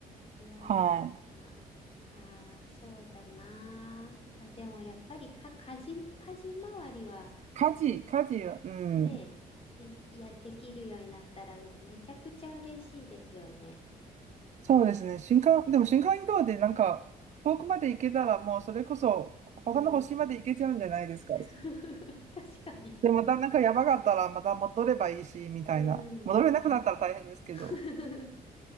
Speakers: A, on the left; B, on the right.
A: いやー、
B: はい。
A: あー、あーそうだなー。あ、でもやっぱりか、家事、家事周りは
B: 家事、家事は、うん。
A: ね、い、いや、できるようになったらうれ、めちゃくちゃ嬉しいですよね。
B: そうですね。新幹、でも新幹移動でなんか、遠くまで行けたらもうそれこそ、他の星まで行けちゃうんじゃないですか。
A: うん。<laughs> 確かに。
B: で、またなんか山があったらまた戻ればいいし、みたいな。
A: うん。
B: 戻れなくなったら大変ですけど。
A: あ <laughs>